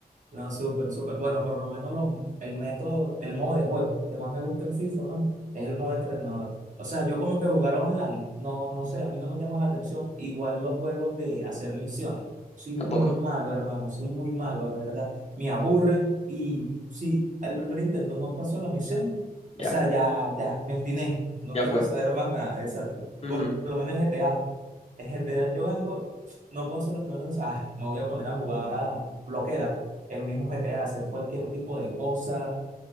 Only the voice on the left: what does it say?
¿Tampoco?
Ya,
ya
fue.
Ujú,